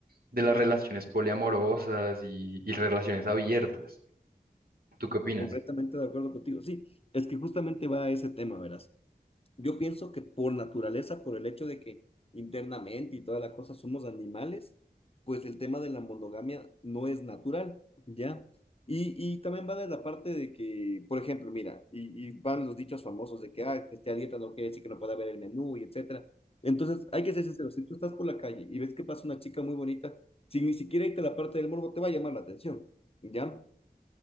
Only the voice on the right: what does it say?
de las relaciones poliamorosas y, y relaciones abiertas. ¿Tú qué opinas?